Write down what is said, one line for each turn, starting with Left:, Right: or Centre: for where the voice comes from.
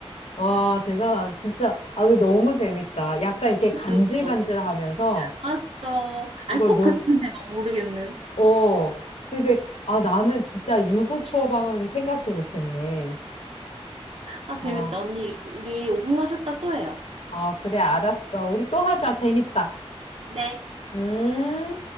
Left: 와, 대단하다. 진짜. 아, 이거 너무 재밌다. 약간 이렇게
Right: 그쵸,
Left: 간질간질하면서
Right: 그쵸. 맞죠. 알
Left: 이걸
Right: 것
Left: 뭘,
Right: 같은데 막 모르겠는.
Left: 어. 근데, 아, 나는 진짜 유부초밥은 생각도 못했네.
Right: 아, 재밌다.
Left: 어.
Right: 언니, 우리 오 분만 쉬었다 또 해요.
Left: 아, 그래, 알았어. 우리 또 하자. 재밌다.
Right: 네.
Left: 음.